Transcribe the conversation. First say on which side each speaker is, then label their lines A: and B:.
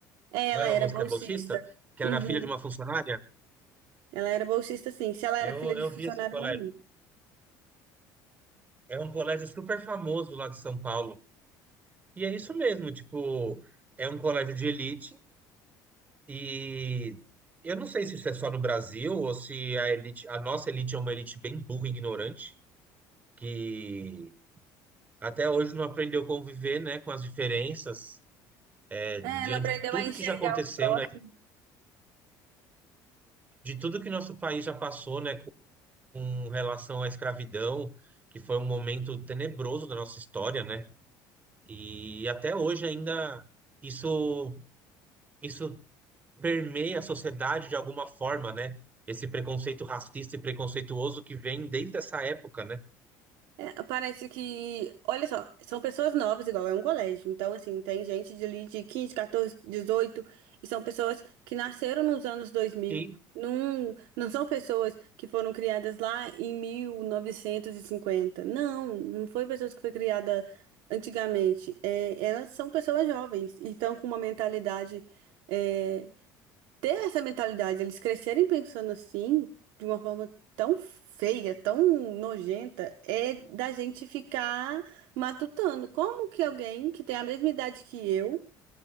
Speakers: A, on the right (about 75°); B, on the right (about 20°).
A: É,
B: Não
A: Ela
B: era
A: era
B: uma moça
A: bolsista.
B: que é bolsista? Que
A: Uhum.
B: era filha de uma funcionária?
A: Ela era bolsista, sim. Se ela
B: Eu,
A: era filha
B: eu
A: de
B: vi
A: funcionário,
B: esse colégio.
A: não lembro.
B: É um colégio super famoso lá de São Paulo. E é isso mesmo, tipo, é um colégio de elite E eu não sei se isso é só no Brasil ou se a elite, a nossa elite é uma elite bem burra e ignorante, que até hoje não aprendeu a conviver, né, com as diferenças, é, diante
A: É, não aprendeu
B: de tudo
A: a enxergar
B: que já aconteceu,
A: o próximo.
B: né, de tudo que nosso país já passou, né, com relação à escravidão, que foi um momento tenebroso da nossa história, né? E até hoje ainda isso isso permeia a sociedade de alguma forma, né? Esse preconceito racista e preconceituoso que vem desde essa época, né?
A: É, parece que, olha só, são pessoas novas, igual é um colégio. Então, assim, tem gente de ali de 15 14, dezoito e são pessoas que nasceram nos anos dois mil
B: Sim,
A: Não, não são pessoas que foram criadas lá em mil novecentos e cinquenta Não, não foi pessoas que foi criada antigamente. É, elas são pessoas jovens e estão com uma mentalidade é, ter essa mentalidade, eles crescerem pensando assim, de uma forma tão feia, tão nojenta, é da gente ficar matutando. Como que alguém que tem a mesma idade que eu